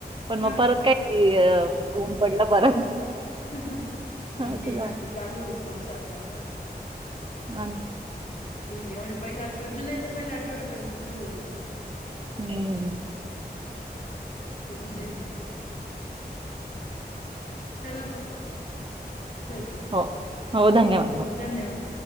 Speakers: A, on the right; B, on the left.
A: पण मग
B: हा
A: परत काय ऊन पडलं परत.
B: मी
A: असं
B: येईल
A: झालं
B: तर चालू होईल पावसाळ्या चांगलाच.
A: हा. ना.
B: होईल एवढं पहिल्या आठवड जुलैच्या पहिल्या आठवड्यापर्यंत त होईलच.
A: हम्म.
B: <unintelligible> चला मग ठेवते.
A: हो हो धन्यवाद. हो
B: धन्यवाद.